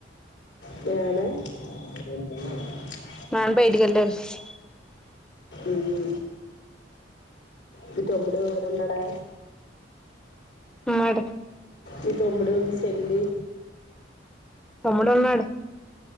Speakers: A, on the left; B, in the centre.
A: <unintelligible>
B: మా నాన్న <inaudible>
A: ఊహూ మీ తమ్ముడు <unintelligible> ఉన్నాడా?
B: మాడె.
A: మీ తమ్ముడు, మీ చెల్లి.
B: తమ్ముడు ఉన్నాడు.